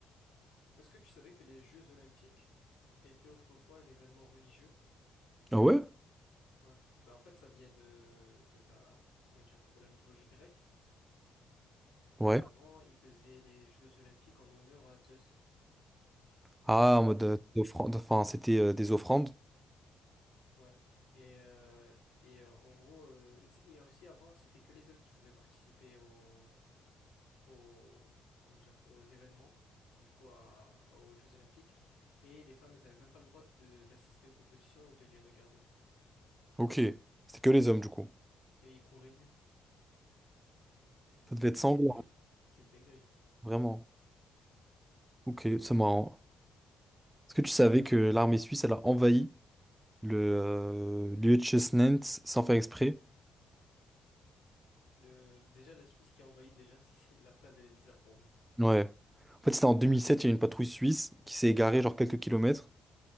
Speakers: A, on the left; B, on the right.
A: Est-ce que tu savais que les Jeux Olympiques étaient autrefois un événement religieux?
B: Ah ouais?
A: Ouais. Bah en fait, ça vient de, de la, comment dire, de la mythologie grecque.
B: Ouais.
A: Et avant, ils faisaient les Jeux olympiques en honneur à Zeus.
B: Ah, en mode
A: Tu
B: euh,
A: vois?
B: offrande, enfin, c'était euh, des offrandes.
A: Ouais. Et, euh, et euh, en gros, euh, tu sais, et aussi avant, c'était que les hommes qui pouvaient participer aux, aux, comment dire, aux événements, du coup, à- aux Jeux olympiques. Et les femmes, elles n'avaient même pas le droit de- d'assister aux compétitions ou de les regarder.
B: Ok. C'était que les hommes, du coup.
A: Et ils couraient nus.
B: Ça devait être sanglant,
A: C'est, <laughs> c'est une dinguerie.
B: vraiment. Ok, c'est marrant. Est-ce que tu savais que l'armée suisse, elle a envahi le euh, Liechtenstein sans faire exprès?
A: Le, déjà, la Suisse qui a envahi, déjà, <laughs> c'est- la phrase, elle est bizarre pour moi.
B: Ouais. En fait, c'était en 2007, il y a une patrouille suisse qui s'est égarée genre quelques kilomètres.